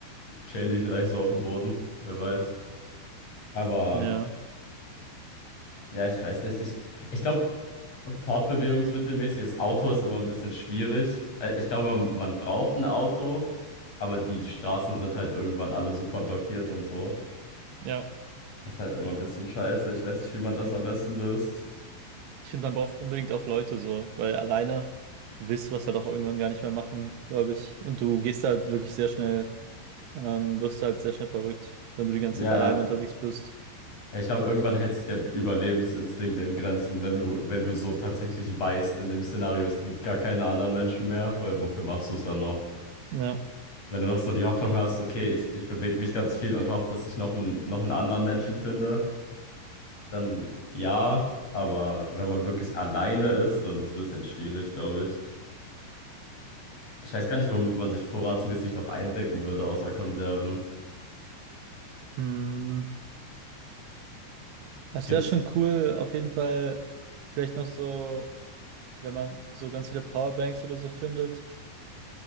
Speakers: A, on the left; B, on the right.
A: chillen die vielleicht so auf dem Boden, wer weiß. Aber
B: Ja,
A: ja, ich weiß nicht. Ich, ich glaube, fortbewegungsmittelmäßig, das Auto ist immer ein bisschen schwierig. Äh, Ich glaube, man, man braucht ein Auto, aber die Straßen sind halt irgendwann alle super blockiert und so.
B: ja.
A: Ist halt immer ein bisschen scheiße. Ich weiß nicht, wie man das am besten löst.
B: Ich finde, man braucht unbedingt auch Leute so, weil alleine willst du das halt auch irgendwann gar nicht mehr machen, glaube ich. Und du gehst halt wirklich sehr schnell, ähm, wirst halt sehr schnell verrückt, wenn du die ganze
A: Ja,
B: Zeit alleine
A: ja,
B: unterwegs bist.
A: Ja, Ich glaube, irgendwann hält sich der Überlebensinstinkt in Grenzen, wenn du, wenn du so tatsächlich weißt, in dem Szenario, es gibt gar keine anderen Menschen mehr, weil wofür machst du es dann noch?
B: Ja.
A: Wenn du noch so die Hoffnung hast, okay, ich, ich bewege mich ganz viel und hoffe, dass ich noch einen, noch einen anderen Menschen finde, dann ja, aber wenn man wirklich alleine ist, dann ist es ein bisschen schwierig, glaube ich. Ich weiß gar nicht, womit man sich vorratsmäßig noch eindecken würde, außer Konserven.
B: Hm. Es
A: Gibt's
B: wäre schon cool, auf jeden Fall, vielleicht noch so, wenn man so ganz viele Powerbanks oder so findet.